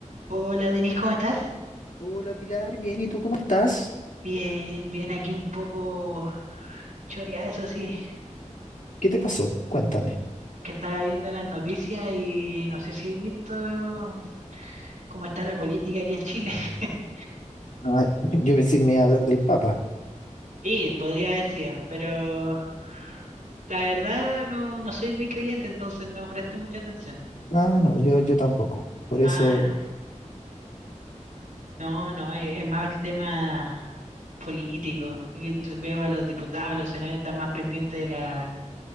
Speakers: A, on the right; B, on the left.
A: Hola Denise, ¿cómo estás?
B: Hola Pilar, bien, ¿y tú cómo estás?
A: Bien, bien, aquí un poco choreada, eso sí,
B: ¿Qué te pasó? Cuéntame.
A: que estaba viendo las noticias y no sé si has visto cómo está la política aquí en Chile. <laughs>
B: Ah, <laughs> yo pensé que me iba a hablar del Papa.
A: Sí, podría haber sido, pero la verdad no, no soy muy creyente, entonces no presto mucha atención.
B: Ah, no, yo, yo tampoco. Por
A: Ah,
B: eso,
A: no, no, es, es más el tema político. que t- Veo a los diputados, a los senadores están más pendientes de la,